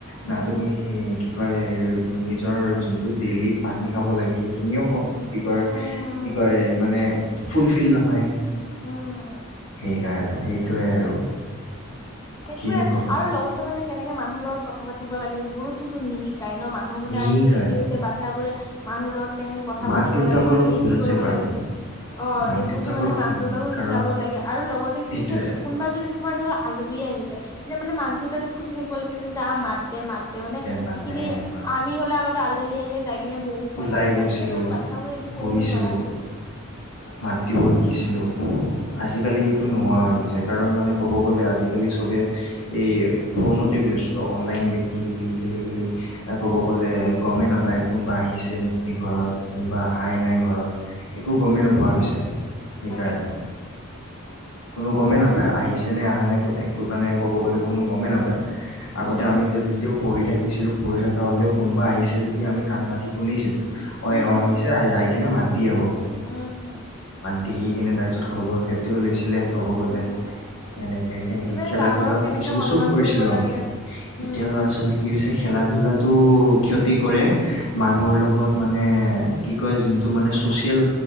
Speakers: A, on the left; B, on the left.
A: উম
B: না তুমি কি কয় নিজৰ যোনটো ডেইলি পানী খাব লাগে সেইখিনিও কি কয়
A: উম
B: কি কয় মানে ফুলফিল নহয়
A: উম
B: সেইকাৰণে সেই সেইটোৱে আৰু
A: সেইটোয়ে
B: কিনো কবা
A: আৰু লগতে মানে কেনেকে মানুহ লগত কথা পাতিব লাগে সেইবোৰোতো নিহিক - কাই ন মানুহ মানে
B: নিশিকায়
A: আজিকালি কি হৈছে বাচ্ছাবোৰে মানুহ লগত। কেনেকে কথা
B: মাক
A: পাতিব
B: দেউতাকৰো
A: লাগে কেনেকে
B: ভুল
A: কি
B: আছে
A: কৰিব
B: বাৰু
A: লাগে, অ
B: মাক
A: সেইবোৰতো
B: দেউতাকৰো
A: মানে মাক
B: ভুল
A: দেউতাকো
B: আছে
A: শিকাব
B: কাৰণ
A: লাগে আৰু লগতে
B: সেইটোৱে
A: কি হৈছে কোনোবা যদি তোমাৰ ধৰা আলু। আহিলে এতিয়া মানে মাক দেউতাকে খুচি থাকিব লাগে যো মাত। দে মাত দে মানে
B: মাত
A: সেইখিনি
B: দে এনেকুৱা
A: আমি হলে আগতে আলধাৰি আহিলে যাই কেনে বহু কথা
B: ওলাই
A: পাতো
B: গৈছিলো
A: আজিকালি মানে বাচ্ছাবোৰে এইটো কৰিবই
B: বহিছিলো
A: নোৱাৰা হৈছে।
B: মাত দিব শিকিছিলো আজিকালি সেইটো নোহোৱা হৈ গৈছে কাৰণ মানে ক'ব গ'লে আজিকালি চবে এই ফোনতে ব্যস্ত অনলাইন গেম। খেলি খেলি খেলি খেলি, কব গলে গমেই নাপায় কোনোবা আহিছে নেকি ঘৰত কোনোবা হাই নাই ঘৰত একো গমেই নোপোৱা হৈছে। সেইকাৰণে
A: তাকেতো
B: কোনো গমেই নাপায়। আহিছেনে অহা নাই এক। মানে ক'ব গ'লে কোনো গমেই নাপায় আগতে
A: উম
B: আমি
A: উম
B: যদি। পঢ়ি থাকিছিলোঁঢ়ি থকা হ'লেও কোব আহিছে যদি আমি কাণ পাতি শুনিছিলোঁ। অ
A: উম
B: অ আহিছে আহ। কিনে মাত দি আহোঁ।
A: উম উম।
B: দিহি কিনে তাৰপিছত খবৰ খেতিও লৈছিলে। ক'ব গলে
A: উম
B: এনেকে সেনেকে
A: ইভেন
B: খেলা
A: ডাঙৰক
B: ধলাও
A: কেনেকে
B: কৰিছিলো
A: সন্মান
B: চব কৰিছিলো
A: কৰিব লাগে
B: আমি
A: উম
B: এতিয়া ল'ৰা ছোৱালী। কি হৈছে খেলা ধূলাটো ক্ষতি কৰে, মানুহৰ লগত মানে কি কয় যোনটো মানে ছ'চিয়েল